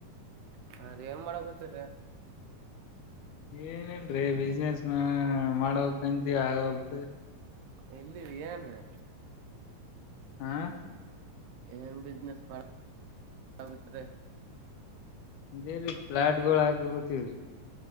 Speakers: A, on the right; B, on the left.
A: ಹಾ ರೀ ಏನ್್ ಮಾಡಕತರಿ
B: ಏನ್ಲ್ರಿೀಜ ಮಾಡೋ ಕಂತ ಆ ಹೊತೆ
A: ಎಲ್ಲಿ ಏನೇನ್ರರಿ
B: ಹಾ
A: ಏನೇನ್ ಬಿಸ್ನೆಸ್ ಮಾಡ್ರೆ
B: ೇೀ ಪ್ಲಾಟ್ಗಳು ಹಾಕಗತವ್ರಿ